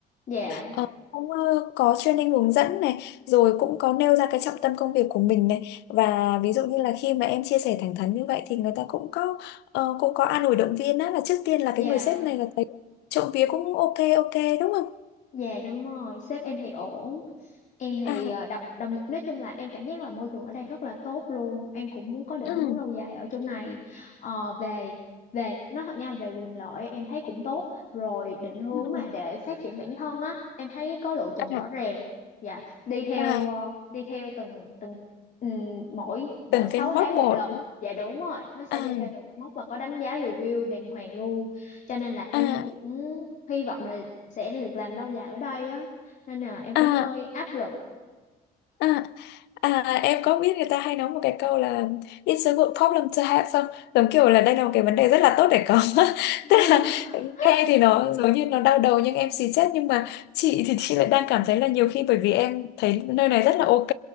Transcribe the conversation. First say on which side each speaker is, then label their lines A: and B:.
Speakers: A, on the left; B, on the left.
A: dạ
B: Ờ, cũng ờ, có training hướng dẫn này rồi cũng có nêu ra cái trọng tâm công việc của mình này và ví dụ như là khi mà em chia sẻ thẳng thắn như vậy thì người ta cũng có ờ, cũng có an ủi động viên á là trước tiên là
A: dạ
B: cái người sếp này là thấy trộm vía cũng ok ok đúng không
A: dạ đúng rồi sếp em thì ổn em thì
B: à
A: ờ, đọc đồng nói chung là em cảm giác là môi trường ở đây rất là tốt luôn em cũng muốn có định
B: ừ,
A: hướng lâu dài ở chỗ này Ờ, về về nói thật nha về quyền lợi em thấy cũng tốt rồi định hướng
B: ừ,
A: mà để phát triển bản thân á em thấy có lộ trình
B: à,
A: rõ ràng dạ đi theo
B: à.
A: ờ, đi theo từng từng ừm, mỗi mỗi
B: từng
A: 6
B: cái mốc
A: tháng một
B: một
A: lần dạ đúng rồi nó sẽ
B: à
A: đi theo từng một mốc và có đánh giá review đàng hoàng luôn cho nên là
B: à
A: em cũng hy vọng là sẽ được làm lâu dài ở đây á nên là em cũng
B: à
A: hơi áp lực
B: À, à, em có biết người ta hay nói một cái câu là It's a good problem to have không? Giống kiểu là đây là một cái vấn đề rất là tốt để có. <laughs>
A: <laughs>
B: Tức là nghe thì nó giống như nó đau đầu nhưng em xì chết nhưng mà chị thì chị lại đang cảm thấy là nhiều khi bởi vì em thấy nơi này rất là ok